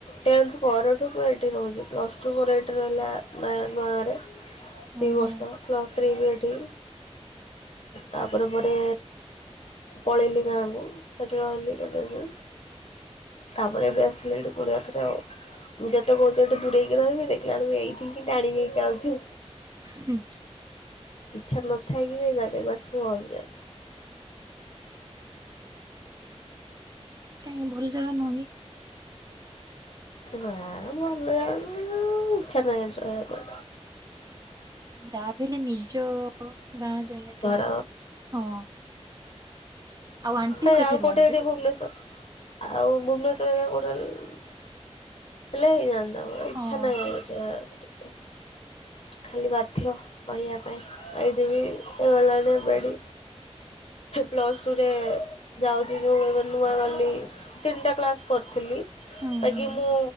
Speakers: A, on the left; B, on the right.
A: ଟେନ୍ଥ ପରେଠୁ ମୁଁ ଏଇଠି ରହୁଚି ପ୍ଲସ୍ ଟୁ ମୋର ଏଇଠି ର ହେଲା ନା ନୂଆଗାଁ ରେ ଦୁଇ
B: ଓହୋ।
A: ବର୍ଷ ପ୍ଲାସ୍ ଥ୍ରୀ ବି ଏଇଠି ତାପରେ ପରେ ପଳେଇଲି ଗାଁକୁ ସେଠି ରହିଲି କେତେ ଦିନ୍ ତାପରେ ଏବେ ଆସିଲିଣି ଫୁଣି ଆଉଥରେ ଆଉ। ମୁଁ ଯେତେ କହୁଛି ଏଠୁ ଦୂରେଇକି ରହିବି ଦେଖିଲାଅଳଳୁ ଏଇଠି କି ଟାଣି ହେଇ ଆଉଚି।
B: ହୁଁ
A: ଇଚ୍ଛା ନଥାଇକି ବି ଏଇ ଯାଗାକୁ ଆସି ପହଁଚି ଯାଉଚି।
B: କାହିଁକି ଭଲ ଜାଗା ନୁହଁ କି?
A: ନା ଭଲଲାଗୁନୁ ନୁ ଏଠି ଇଚ୍ଛା ନାହିଁ ରହିବାକୁ।
B: ଯାହାବି ହେଲେ ନିଜ ଗାଁ ଯେମିତି
A: ଧର
B: ହଁ। ଆଉ ଆଣ୍ଟି
A: ହେ
B: ସେଠି
A: ଆଉ
B: ରୁହନ୍ତି?
A: କୋଉଟେ ଏଠେ ଭୁବନେଶ୍ଵର ଆଉ ଭୁବନେଶ୍ଵର ହେରିକା କୋଉଠି ହେଲେ ହେଲେ ହେଇଯାଆନ୍ତା ମ ଇଚ୍ଛା
B: ହଁ।
A: ନାହିଁ ଆଉ ଏଠି ରହିବା ପାଇଁ। ଖାଲି ବାଧ୍ୟ ରହିବା ପାଇଁ ଏଇଠି ବି ହେଇଗଲାଣି ବେଡ଼ି ପ୍ଲସ୍ ଟୁରେ ଯାଉଚି ଯୋଉ ନୂଆ ଗଲି ତିନିଟା କ୍ଲାସ କରିଥିଲି।
B: ହୁଁ
A: ବାକି
B: ହୁଁ
A: ମୁଁ